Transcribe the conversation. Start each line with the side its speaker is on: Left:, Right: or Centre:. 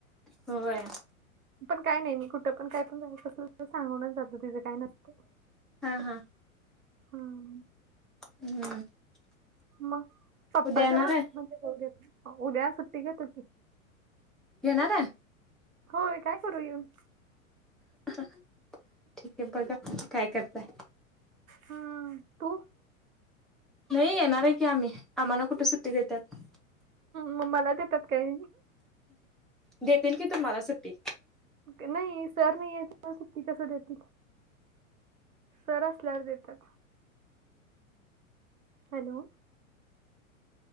Centre: हो वया
Right: पण काय नाही मी कुठं पण काय पण जायचं असल सांगूनच जाते तेझ काय नसतं.
Centre: हा हा.
Right: हां
Centre: <unintelligible>
Right: मग पप्पा
Centre: उद्या येणार
Right: जरा
Centre: आहे
Right: म्हणजे जाउ देत, उद्या सुट्टी घेतात कि.
Centre: येणारा
Right: होय काय करू येऊन?
Centre: ठीके आहे बघा काय करताय?
Right: हम्म तू
Centre: नाही येणार आहे की आम्ही आम्हाला कुठे सुट्टी देत्यात.
Right: म मला देत्यात काय.
Centre: देतील की तुम्हाला सुट्टी.
Right: क नाही सर नाहीयेत तेव्हा सुट्टी कसं देतील? सर असल्यावर देतात. हॅलो